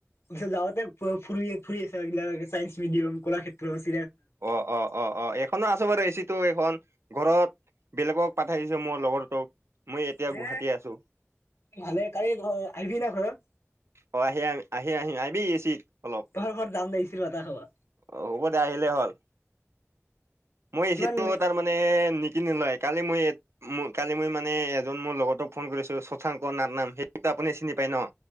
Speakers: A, on the left (about 60°); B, on the right (about 60°).
A: এইখ যওঁতে ফুৰিৰ ফুৰি আছ এইবিলাক ছাইন্স মিডিয়াম, কলাক্ষেত্ৰত।
B: অ', অ', অ', অ' এইখনো আছোঁ বাৰু এচি টো এইখন ঘৰত বেলেগক পঠাই দিছে, মোৰ লগৰটোক। মই এতিয়া
A: এ,
B: গুৱাহাটী আছো
A: ভালে, কালি আহিবি না ঘৰত?
B: অ, আহি আহ আহি আহিম আহিবি। এচিত অলপ
A: তহঁতৰ ঘৰত যাম দে ইস্ত্ৰি বাটা খাবা
B: অ হ'ব দে আহিলে হ'ল মই
A: কিমান
B: এচিটো
A: ললি
B: তাৰমানে নিকিনিলয় কালি মই কালি মই মানে এজন মোৰ লগতক ফোন কৰিছো শশাংক নাট নাম হেইটো আপুনি চিনি পায় ন'?